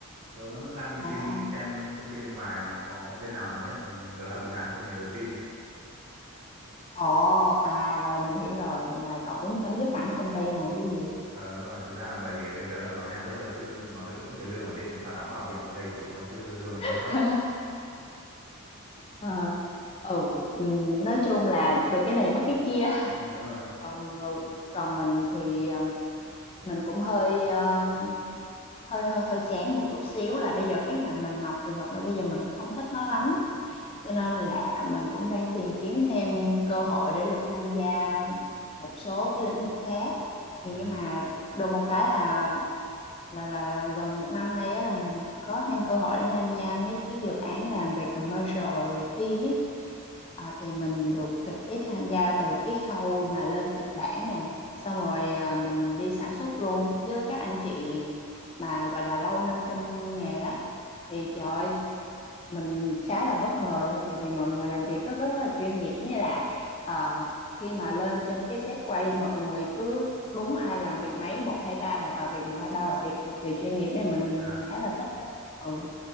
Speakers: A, on the right; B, on the left.
A: tớ đang định
B: à
A: xin xem công ty bên ngoài nó có bên nào nó nhận tớ làm dự án không thì tớ xin
B: Ồ, à rồi mình hiểu rồi là cậu muốn chấm dứt hẳn công ty này chứ gì.
A: ờ đúng rồi thực ra bởi vì bên tớ là nó nhà nước rồi chứ nó được mỗi cái lương ổn định với cả đóng bảo hiểm nó đầy đủ thôi chứ lương thì
B: <laughs>
A: hơi thấp
B: Ờ, ừ, ừm, nói chung là được cái này mất cái kia. <laughs>
A: ừ, đúng rồi
B: Còn ờ, còn mình thì ừm, mình cũng hơi ờ, hơi hơi hơi chán một chút xíu là bây giờ cái ngành mình học thì thật ra bây giờ mình không thích nó lắm. Cho nên là mình cũng đang tìm kiếm thêm cơ hội để được tham gia một số cái lĩnh vực khác. Thì
A: ừ.
B: nhưng mà được một cái là là, là là gần một năm nay á là mình có thêm cơ hội để tham gia mấy cái dự án làm về commercial về phim ấy Ờ, thì mình được trực tiếp tham gia từ cái khâu mà lên kịch bản nè xong rồi ờ, mình đi sản xuất luôn với các anh chị mà gọi là lâu năm trong nghề á thì trời ơi, mình khá là bất ngờ luôn tại vì mọi người làm việc rất rất là chuyên nghiệp như là ờ, khi mà lên trên cái set quay mọi người cứ đúng ai làm việc nấy một hai ba là vào việc một hai ba vào việc cực kỳ chuyên nghiệp ấy mình,
A: à
B: mình khá là thích đó ừ